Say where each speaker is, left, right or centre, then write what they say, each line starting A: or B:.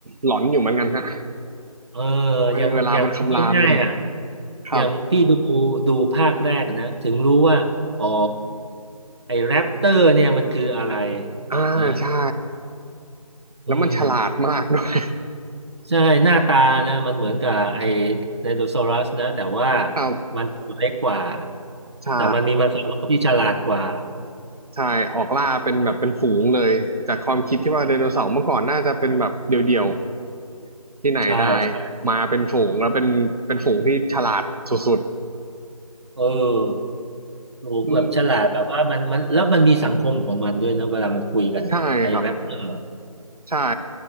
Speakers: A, on the right (about 75°); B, on the right (about 45°).
A: หลอนอยู่เหมือนกันฮะ
B: เออ
A: โอ้ยเวลามันคำรามกันเนี่ย
B: อย่างอย่างง่ายๆอ่ะ
A: ครับ
B: อย่างพี่ดูดูภาคแรกอะนะถึงรู้ว่าอ๋อไอแรปเตอร์เนี่ยมันคืออะไร
A: อ่าใช่
B: นะ
A: แล้วมันฉลาดมากด้วย
B: อืม ใช่หน้าตานะมันเหมือนกับไอ้ไดโนเสาร์นะแต่ว่า
A: <laughs> ครับ
B: มันตัวเล็กกว่า
A: ใช่
B: แต่มันมีมังสวิรัติที่ฉลาดกว่า
A: ใช่ออกล่าเป็นแบบเป็นฝูงเลยจากความคิดที่ว่าไดโนเสาร์เมื่อก่อนน่าจะเป็นแบบเดี่ยวๆที่ไหนได้
B: ใช่ใช่
A: มาเป็นฝูงแล้วเป็นเป็นฝูงที่ฉลาดสุด
B: เออโอ้โหแบบฉลาดแบบว่ามันมันแล้วมันมีสังคมของมันด้วยนะเวลามันคุยกันอะไอ้แรปเตอร์อะ
A: ๆอืมใช่ครับใช่